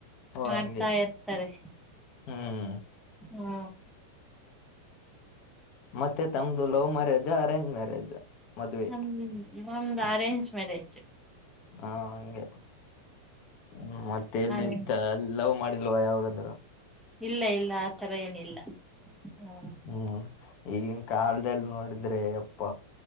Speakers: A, on the left; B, in the centre.
A: ಓ
B: ಮಾಡ್ತಾ
A: ಹಂಗೆ
B: ಇರ್ತಾರೆ
A: ಹ್ಮ್
B: ಹಾ
A: ಮತ್ತೆ ತಮ್ದು ಲವ್ ಮ್ಯಾರೇಜ್ ಅರೆಜ್ ಮ್ಯಾರೇಜ್ ಮದ್ವೆ
B: ಹ್ಮ್ ಹ್ಮ್ ನ ಅರೇಂಜ್ ಮ್ಯರೆಜ್
A: ಹಾ ಹಂಗೆ ಹ್ಮ ಮತ್ತೆ ಎಲ್ಲಿ
B: ಅರೇಂಜ್
A: ಅಲ್ಲಿ ಲವ್ ಮಾಡಿ ಲವಾಗಾದರ
B: ಇಲ್ಲ ಇಲ್ಲ ಥರ ಏನಿಲ್ಲ ಹಾ
A: ಹ್ಮ್ ಈಗಿನ ಕಾಲದಲ್ಲಿ ನೋಡಿದ್ರೆ ಅಪ್ಪ